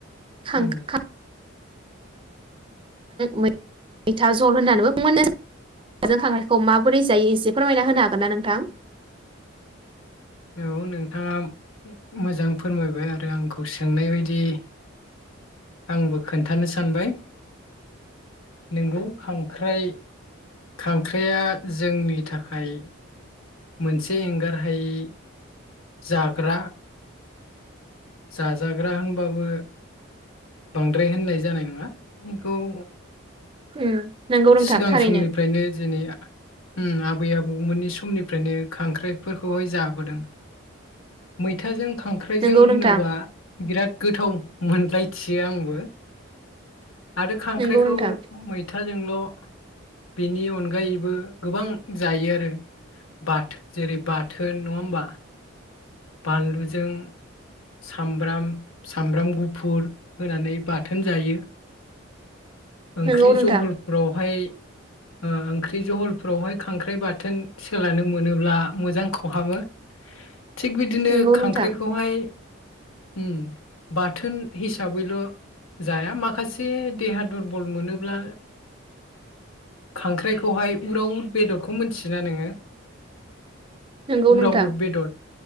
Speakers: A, on the right; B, on the left.
A: खां-खां
B: उम
A: मैथा जल होननानैबो बुंनोजों खांख्रराइखौ माबोरै जायो एसे फोरमायना होनो हागोन ना नोंथां?
B: औ नोंथाङा मोजां फोरमायबाय आरो आंखौ सोंनाय बायदि आंबो खोन्थानो सानबाय नोंगौ खांख्राइ खांख्राइआ जोंनि थाखाय मोनसे एंगारहायि जाग्रा जाजाग्रा होनबाबो बांद्राय होननाय जानाय नङा <unintelligible>
A: उम नंगौ नोंथां
B: सिगां
A: थारैनो
B: समनिफ्रायनो जेनै उम आबै आबौ मोननि समनिफ्रायनो खांख्राइफोरखौहाय जाबोदों मैथाजों खा खांख्राइजों
A: नंगौ
B: होनोबा
A: नोंथां
B: बिराद गोथाव मोनलाय थियो आंबो आरो खांख्राइखौ
A: नंगौ नोंथां
B: मैथा था जोंल' बेनि अनगायैबो गोबां जायो आरो बाथो जेरै बाथोन नङा होमबा? बानलुजों सामब्राम सामब्राम गुफुर होनानै बाथोन जायो। ओंख्रि
A: नंगौ नोंथां
B: जहलफोरावहाय ओ ओंख्रि जहलफोरावहाय खांख्राइ बाथोन सोलानो मोनोब्ला मोजां खहाबो। थिग बिदिनो
A: नंगौ
B: खांख्राइखौहाय
A: नोंथां
B: उम बाथोन हिसाबैल' जाया माखासे देहा दुरबल मोनोब्ला खांख्राइखौहाय उरावउद बेदरखौ मोनथियोना नोङो?
A: नंगौ
B: उरावउद
A: नोंथां
B: बेदर।